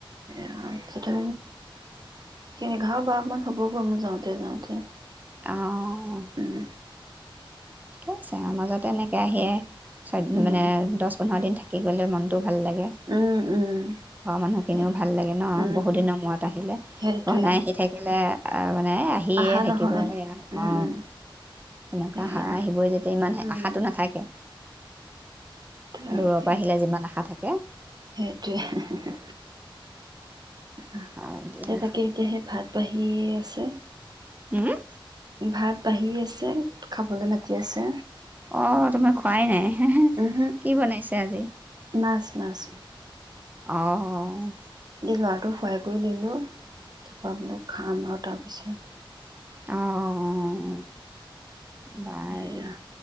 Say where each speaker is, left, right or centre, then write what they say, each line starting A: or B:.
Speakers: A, on the right (about 50°); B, on the right (about 20°).
A: <unintelligible> তে এইখিনি এঘাৰ-বাৰটামান হ'বগ মোৰ যাওঁতে যাওঁতে।
B: অহ
A: উম,
B: ঠিকে আছে, মাজতে এনে- এয়া সিয়ে চদ
A: উম,
B: মানে দহ পোন্ধৰ দিন থা- কি ব'লে মানুহটো- ভাল লাগে।
A: উম, উম,
B: ঘৰৰ মানুহখিনিও
A: সেইটোৱে
B: ভাল লাগে ন,
A: উম,
B: বহুত দিনৰ মূৰত আহিলে,
A: সেইটোৱে
B: বনাই আহি থাকিলে- আৰু মানে আহিয়ে
A: আহা
B: থাকিব,
A: নহয়
B: এয়া
A: উম
B: অ, এনকা-
A: সেয়া
B: অ আহিব যেতিয়া, ইমান সৈ
A: উম
B: আশাতো নাথাকে।
A: তাকে
B: দূৰৰ পৰা আহিলে যিমান আশা থাকে- কে
A: সেইটোৱে হি হি হি। অ
B: হয় দিয়া
A: সেই তাকে এতিয়া সেই ভাত বাঢ়ি- ছে
B: ওওম
A: ভাত বাঢ়ি আছে। খাবলৈ মাতি আছে
B: অহ তুমি খোৱাই নাই, হ
A: উমহো
B: কি বনাইছে আজি।
A: মাছ মাছ
B: অহ
A: এই লৰা টোক শুৱাই বোৱাই ললো, খাম আৰু তাৰ পিছত।
B: অ অ অ বাৰু
A: এয়া